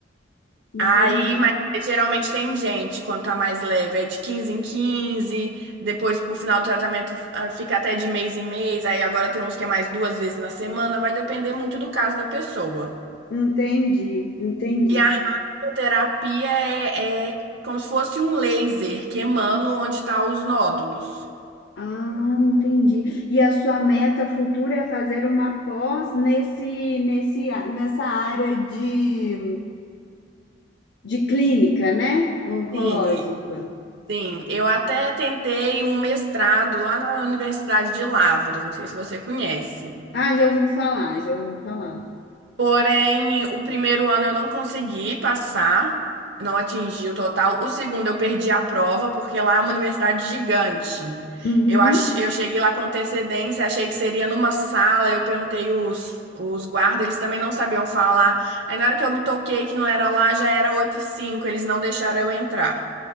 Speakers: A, on the left; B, on the right.
A: Entendi.
B: Aí, mas geralmente tem gente, quando tá mais leve, é de 15 em 15, depois pro final do tratamento ah, fica até de mês em mês, aí agora tem uns que é mais duas vezes na semana, vai depender muito do caso da pessoa.
A: Entendi, entendi.
B: E a radioterapia é, é como se fosse um laser queimando onde estão os nódulos.
A: Ah, entendi. E a sua meta futura é fazer uma pós nesse, nesse, nessa área de de clínica, né? Oncológica.
B: Sim, sim. Eu até tentei um mestrado lá na Universidade de Lavras, não sei se você conhece.
A: Ah, já ouvi falar, já ouvi falar.
B: Porém, o primeiro ano eu não consegui passar, não atingi o total. O segundo eu perdi a prova, porque lá é uma universidade gigante.
A: Uhum.
B: Eu, ach... eu cheguei lá com antecedência, achei que seria numa sala, eu perguntei os, os guardas, eles também não sabiam falar. Aí na hora que eu me toquei que não era lá, já era oito e cinco, eles não deixaram eu entrar.